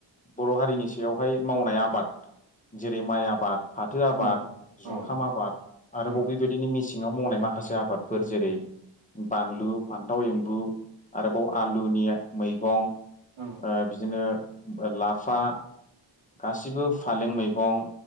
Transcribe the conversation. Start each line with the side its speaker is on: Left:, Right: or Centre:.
Left: बर' हारिनि सायावहाय मावनाय आबाद जेरै माइ आबाद फाथो आबाद
Right: औ औ
Left: जुंखाम आबाद आरोबाव
Right: औ
Left: बेबायदिनो मि सिङाव मावनाय माखासे आबादफोर जेरै बानलु फान्थाव एम्बु आरोबाव आलुनि मैगं
Right: औ
Left: ओ बिदिनो लाफा गासिबो फालें मैगं